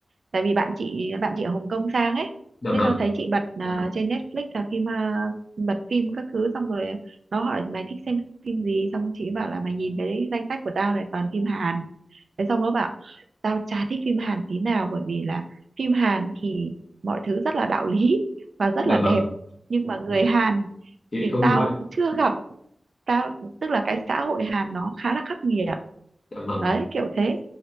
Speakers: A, on the right; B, on the left.
A: tại vì bạn chị bạn chị ở Hồng Kông sang ấy
B: dạ
A: thế
B: vâng
A: nó thấy chị bật à, trên Netflix là phim à, bật phim các thứ xong rồi nó hỏi mày thích xem phim gì xong chị bảo là mày nhìn cái danh sách của tao này toàn phim Hàn thế xong nó bảo tao chả thích phim Hàn tí nào bởi vì là phim Hàn thì mọi thứ rất là đạo lý và rất
B: dạ
A: là đẹp
B: vâng
A: nhưng mà người Hàn
B: chị lại
A: thì
B: không
A: tao
B: như vậy
A: chưa gặp tao tức là cái xã hội Hàn nó khá là khắc nghiệt
B: dạ vâng
A: đấy kiểu thế